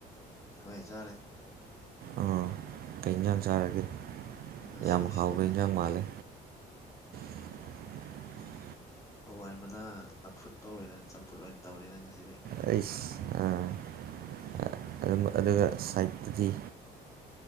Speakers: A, on the left; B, on the right.
A: ꯍꯣꯏ ꯆꯥꯔꯦ
B: ꯑꯥ ꯀꯩ ꯏꯟꯁꯥꯡ ꯆꯥꯔꯒꯦ
A: ꯉꯁꯤꯁꯦ
B: ꯌꯥꯝ ꯍꯥꯎꯕ ꯏꯟꯖꯥꯡ ꯃꯥꯜꯂꯦ <unintelligible>
A: ꯍꯋꯥꯏ ꯃꯅꯥ ꯑꯐꯨꯠꯄ ꯑꯣꯏꯅ ꯆꯝꯐꯨꯠ ꯑꯣꯏꯅ ꯇꯧꯔꯦꯅ ꯉꯁꯤꯗꯤ
B: ꯑꯩ ꯑꯗꯨꯒ ꯁꯥꯏꯠꯇꯗꯤ